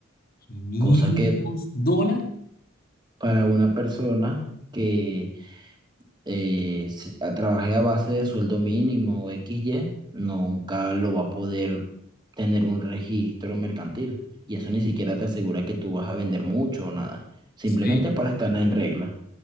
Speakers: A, on the left (about 45°); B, on the right (about 20°).
A: ¿500
B: Cosa que
A: dólares?
B: para una persona que eh, s- a- trabaje a base de sueldo mínimo o X y nunca lo va a poder tener un registro mercantil. Y eso ni siquiera te asegura que tú vas a vender mucho o nada. Simplemente
A: Sí,
B: para estar en regla.